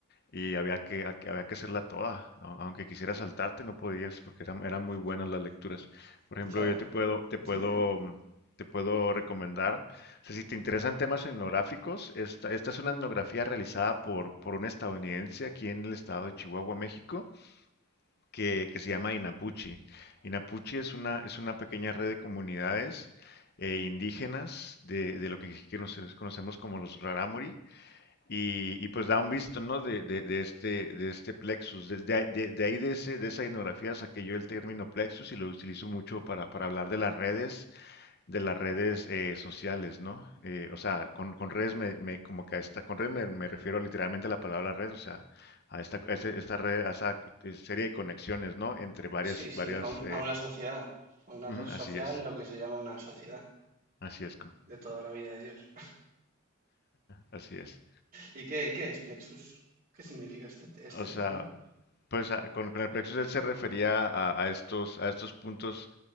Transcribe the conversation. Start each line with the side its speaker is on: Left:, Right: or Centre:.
Left: y había que, ha- había que hacerla toda. A- Aunque quisieras saltarte, no podías porque eran, eran muy buenas las lecturas. Por ejemplo,
Right: Ya,
Left: yo te puedo, te
Right: dime.
Left: puedo, mm, te puedo recomendar. O sea, si te interesan temas etnográficos, esta, esta es una etnografía realizada por, por un estadounidense aquí en el estado de Chihuahua, México que, que se llama Inapuchi. Inapuchi es una, es una pequeña red de comunidades eh, indígenas de, de lo que, que nosotros conocemos como los Raramuri y, y pues da un visto, ¿no? De, de, de este, de este plexus. De, de- de- de ahí de, ese, de esa etnografía saqué yo el término plexus y lo utilizo mucho para, para hablar de las redes de las redes eh, sociales, ¿no? Eh, o sea, con, con redes me, me- como que a esta, con redes me, me refiero literalmente a la palabra red, o sea, a esta, a este- esta red, a esa eh, serie de conexiones, ¿no? Entre varias,
Right: Sí,
Left: varias,
Right: sí, a, un-
Left: eh,
Right: a una sociedad. A una
Left: ujú,
Right: red social,
Left: así es,
Right: lo que se llama una sociedad
Left: así es, com-
Right: de toda la vida de Dios.
Left: así es.
Right: ¿Y qué, qué es Plexus? ¿Qué significa este, este
Left: O sea,
Right: término?
Left: pues a- con, con el plexo social se refería a, a estos, a estos puntos